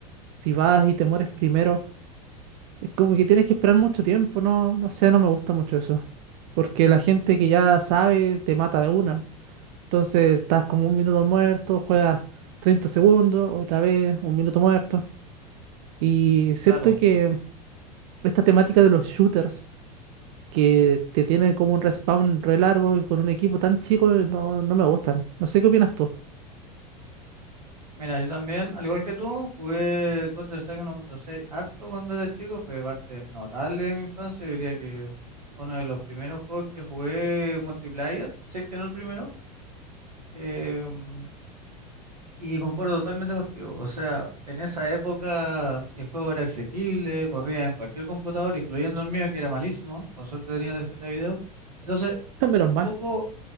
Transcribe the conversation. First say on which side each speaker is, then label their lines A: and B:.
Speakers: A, on the right; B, on the right.
A: si vas y te mueres primero. Es como que tienes que esperar mucho tiempo, no, no sé, no me gusta mucho eso. Porque la gente que ya sabe te mata de una. Entonces estás como un minuto muerto, juegas 30 segundos, otra vez un minuto muerto. Y siento
B: claro.
A: que esta temática de los shooters, que te tienen como un respawn re largo y con un equipo tan chico, no, no me gustan. No sé qué opinas tú.
B: Mira, yo también, al igual que tú, jugué Counter-Strike 1.6 harto cuando era chico. Fue parte notable de mi infancia. Yo diría que uno de los primeros juegos que jugué multiplayer, sé que no el primero. em, y concuerdo totalmente contigo. O sea, en esa época el juego era asequible, corría en cualquier computador, incluyendo el mío, que era malísimo. Con suerte tenía tarjeta de video. Entonces,
A: <laughs> Menos
B: un
A: mal.
B: poco